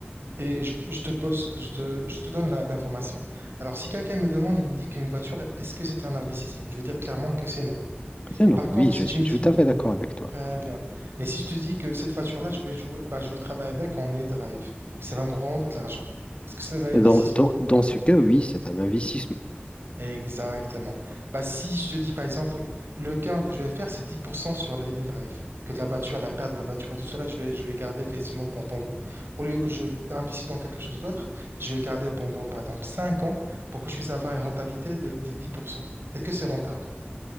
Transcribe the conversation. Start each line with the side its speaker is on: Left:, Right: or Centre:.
Right: Et je, je te pose, je te, je te donne la- l'information. Alors, si quelqu'un me demande, il me dit qu'une voiture, est-ce que c'est un investissement? Je vais dire clairement que c'est non.
Left: C'est
Right: Et
Left: non,
Right: par
Left: oui,
Right: contre, si
Left: je
Right: tu
Left: suis
Right: me dis,
Left: tout à fait d'accord avec toi.
Right: Très bien. Mais si je te dis que cette voiture-là, je vais jouer, bah, je vais travailler avec en e-drive et ça va me rendre de l'argent. Est-ce que c'est un investissement?
Left: Dans, dans, dans ce cas, oui, c'est un investissement.
Right: Exactement. Bah, si je te dis, par exemple, le gain que je vais faire, c'est 10% sur le in-drive. Que de la voiture, la perte de la voiture et tout cela, je vais, je vais garder effectivement pendant, au lieu que je investisse dans quelque chose d'autre, je vais le garder pendant, par exemple, 5 ans pour que je puisse avoir une rentabilité de, des 10%. Est-ce que c'est rentable?